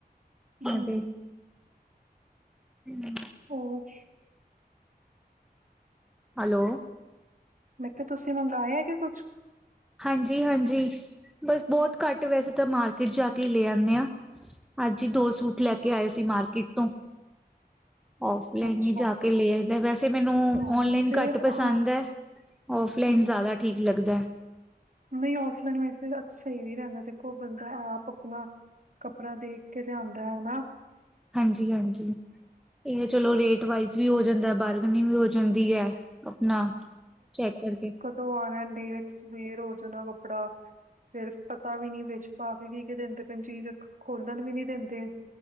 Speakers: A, on the right; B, in the centre.
A: ਇਕ ਹੂੰ।
B: ਤੇ <unintelligible>
A: ਊ ਫ ਛ
B: ਹੈਲੋ।
A: ਮੈਂ ਕਿਹਾ ਤੁਸੀਂ ਮੰਗਵਾਏ ਹੈ ਕਿਆ ਕੁੱਛ?
B: ਹਾਂਜੀ-ਹਾਂਜੀ ਬਸ ਬਹੁਤ ਘੱਟ ਵੈਸੇ ਤਾਂ ਮਾਰਕੀਟ ਜਾ ਕੇ ਹੀ ਲੈ ਆਨੇ ਆ। ਅੱਜ ਹੀ ਦੋ ਸੂਟ ਲੈ ਕੇ ਆਏ ਸੀ ਮਾਰਕੀਟ ਤੋਂ।
A: <inaudible>
B: ਔਫਲਾਈਨ
A: ਅੱਛਾ
B: ਹੀ ਜਾ ਕੇ ਲੈ ਆਈਦਾ, ਵੈਸੇ ਮੈਨੂੰ
A: ਹਾਂ
B: ਔਨਲਾਈਨ
A: ਵੈਸੇ
B: ਘੱਟ ਪਸੰਦ
A: ਹਾਂ
B: ਹੈ। ਔਫਲਾਈਨ
A: ਹਾਂ
B: ਜ਼ਿਆਦਾ ਠੀਕ ਲੱਗਦਾ।
A: ਨਹੀਂ ਔਫਲਾਈਨ ਵੈਸੇ ਸਹੀ ਵੀ ਨੀ ਰਹਿੰਦਾ ਦੇਖੋ ਬੰਦਾ ਆਪ ਆਪਣਾ ਕੱਪੜਾ ਦੇਖ ਕੇ ਲਿਆਂਦਾ ਹਨਾ।
B: ਹਾਂਜੀ-ਹਾਂਜੀ ਇਹ ਚਲੋ ਰੇਟ ਵਾਈਜ਼ ਵੀ ਹੋ ਜਾਂਦਾ, ਬਾਰਗਨਿੰਗ ਵੀ ਹੋ ਜਾਂਦੀ ਹੈ। ਆਪਣਾ ਚੈੱਕ ਕਰਕੇ।
A: ਤੋਂ ਆਉਣਾ ਲੇਟ ਸਵੇਅਰ ਹੋ ਜਾਣਾ ਕੱਪੜਾ। ਫੇਰ ਪਤਾ ਵੀ ਨੀ ਵਿੱਚ ਪਾ ਕੇ ਕੀ- ਕੀ ਦਿੰਦੇ ਪਏ ਚੀਜ਼, ਖੋਲਣ ਵੀ ਨੀ ਦਿੰਦੇ।